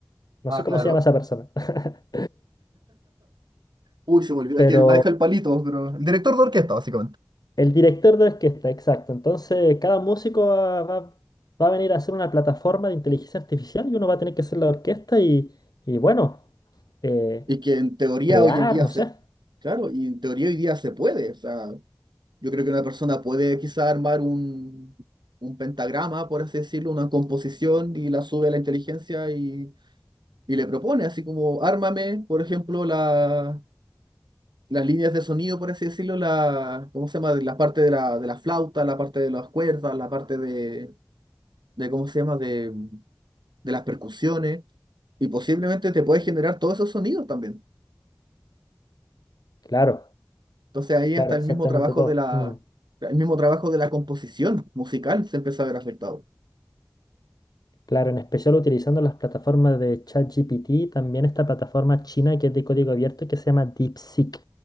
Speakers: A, on the left; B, on the right.
A: No
B: Ah,
A: sé cómo
B: claro.
A: se llama esa persona. <laughs>
B: Uy, se me olvidó
A: Pero...
B: el que maneja el palito, pero el director de orquesta, básicamente.
A: El director de orquesta, exacto. Entonces, cada músico va, va- va a venir a hacer una plataforma de inteligencia artificial y uno va a tener que hacer la orquesta y, y bueno, eh,
B: Y que en teoría
A: crear,
B: hoy en día
A: no
B: se...
A: sé.
B: Claro, y en teoría hoy día se puede, o sea, Yo creo que una persona puede quizá armar un, un pentagrama, por así decirlo, una composición y la sube a la inteligencia y, y le propone, así como, ármame, por ejemplo, la, las líneas de sonido, por así decirlo, la, ¿cómo se llama? La parte de la, de la flauta, la parte de las cuerdas, la parte de, de ¿cómo se llama? De, de las percusiones y posiblemente te puede generar todos esos sonidos también.
A: Claro,
B: Entonces ahí
A: claro,
B: hasta
A: exactamente
B: el mismo trabajo
A: todo.
B: de la,
A: Mm,
B: el mismo trabajo de la composición musical se empieza a ver afectado.
A: claro, en especial utilizando las plataformas de ChatGPT, también esta plataforma china que es de código abierto que se llama DeepSeek,